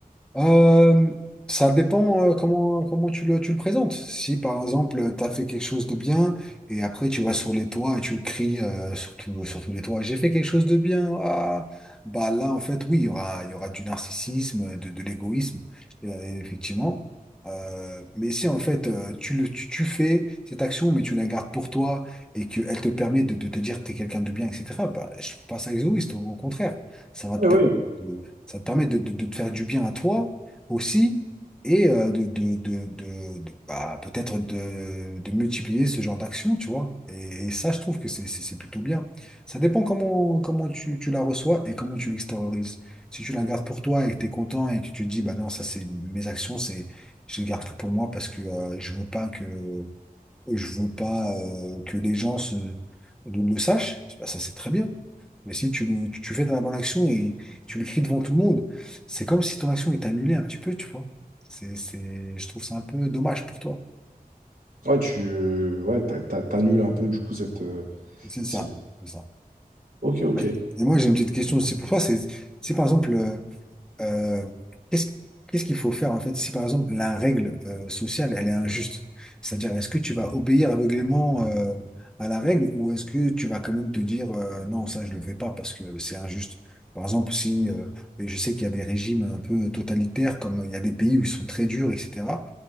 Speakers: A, in the centre; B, on the right.
A: Euh, ça dépend euh, comment, comment tu le, tu le présentes. Si par exemple, tu as fait quelque chose de bien et après tu vas sur les toits et tu le cries euh, sur tout- sur tous les toits, j'ai fait quelque chose de bien. ah Bah là, en fait, oui, il y aura, il y aura du narcissisme, de, de l'égoïsme, euh, effectivement. Euh, mais si en fait, euh, tu, le, tu, tu fais cette action, mais tu la gardes pour toi et qu'elle te permet de, de te dire que tu es quelqu'un de bien, etc., bah, je trouve pas ça égoïste, au, au contraire. Ça va te
B: Oui,
A: permettre.
B: oui.
A: de, ça te permet de, de- de te faire du bien à toi aussi et euh, de, de, de, de- de- bah, peut-être de, de multiplier ce genre d'action, tu vois. Et, et ça, je trouve que c'est c'est- c'est plutôt bien. Ça dépend comment, comment tu, tu la reçois et comment tu l'extériorises. Si tu la gardes pour toi et que tu es content et que tu te dis, bah non, ça, c'est mes actions, c'est, je les garde que pour moi parce que euh, je veux pas que et je veux pas euh, que les gens se, le, le sachent, bah, ça c'est très bien. Mais si tu, le- tu fais ta bonne action et tu l'écris devant tout le monde, c'est comme si ton action est annulée un petit peu, tu vois. C'est, c'est, je trouve ça un peu dommage pour toi.
B: Ouais, tu, euh, ouais, t'a- t'a- t'annules un peu du coup cette, euh,
A: C'est
B: cette...
A: ça, c'est ça.
B: Ok, ok.
A: Ouais. Et moi, j'ai une petite question aussi pour toi. C'est, c'est par exemple, euh, euh, qu'est-ce qu'est-ce qu'il faut faire en fait si par exemple la règle euh, sociale elle est injuste? C'est-à-dire est-ce que tu vas obéir aveuglément euh, à la règle ou est-ce que tu vas quand même te dire euh, non ça je le fais pas parce que c'est injuste? Par exemple si euh, et je sais qu'il y a des régimes un peu totalitaires comme euh, il y a des pays où ils sont très durs etc.